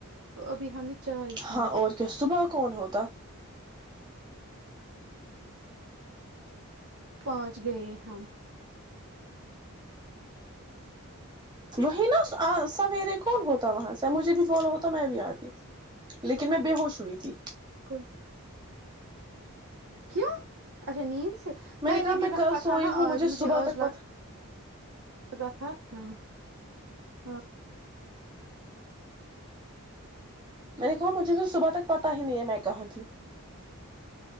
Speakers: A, on the right; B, on the right.
A: تو ابھی ہم چائے
B: ہاں
A: پی
B: اور کیا صبح کون ہوتا
A: پہنچ گئے ہم
B: وہی نا سویرے کون ہوتا وہاں سے مجھے بھی بولا ہوتا میں بھی آتی لیکن میں بے ہوش ہوئی تھی
A: کو کیوں اچھا نیز میں
B: کہا
A: نے بھی رکھا
B: کل سوئی
A: تھا نا
B: ہوں
A: آج مجھے
B: صبح
A: آج
B: تک
A: لگا
B: پتا
A: کا تھا ہاں ہاں
B: میں نے کہا مجھے بھی صبح تک پتا ہی نہیں ہے میں کہاں تھی